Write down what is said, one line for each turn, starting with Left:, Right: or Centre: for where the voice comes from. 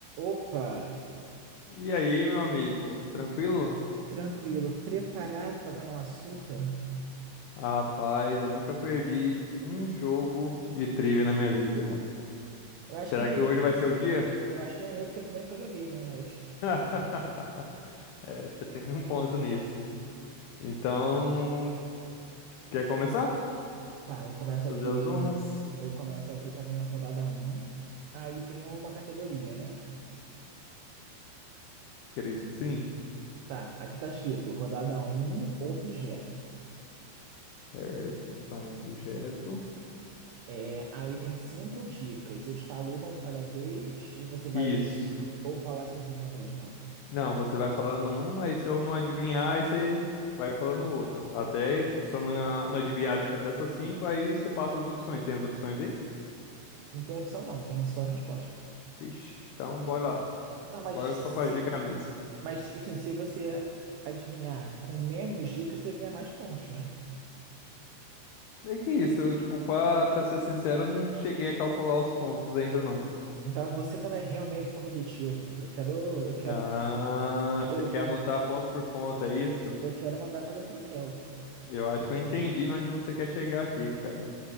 Right: Opa,
Left: E aí, meu amigo, tranquilo?
Right: tranquilo, preparado para tomar uma surra?
Left: Rapaz, eu nunca perdi um jogo de trivia na minha vida.
Right: Eu acho
Left: Será
Right: que nem
Left: que hoje vai ser o dia?
Right: eu acho que nem eu, porque eu também nunca joguei, né? Mas
Left: <laughs> É, você tem um ponto nisso. Então, quer começar?
Right: tá, eu começo
Left: Fazer
Right: aqui,
Left: as honras?
Right: eu começo aqui com a minha rodada um Aí tem uma categoria, né?
Left: Acredito que sim.
Right: Tá, aqui tá escrito rodada um objeto.
Left: Certo, é um objeto.
Right: É, aí tem cinco dicas. Eu te falo uma de cada vez e você vai
Left: Isso.
Right: ou falar cinco de uma vez, não.
Left: Não, você vai falando uma, e se eu não adivinhar, aí você vai falando outra. Até, tipo, se eu não, não adivinhar dentro dessas cinco, aí você passa as opções. Tem as opções aí?
Right: Não tem opção não, tem só resposta.
Left: Vixe, então bora lá.
Right: Não, mas
Left: Bora só com a dica mesmo.
Right: Mas, tipo assim, se você adivinhar com menos dicas, você ganha mais pontos, né?
Left: Meio que isso, eu, tipo, pra, pra ser sincero, eu não cheguei a calcular os pontos ainda, não.
Right: Então você não é realmente competitivo. Eu quero, eu quero,
Left: Ah,
Right: eu
Left: você quer
Right: vou,
Left: anotar ponto por ponto, é isso?
Right: eu quero mandar fazer um troféu.
Left: Eu acho que eu entendi onde você quer chegar aqui, cara.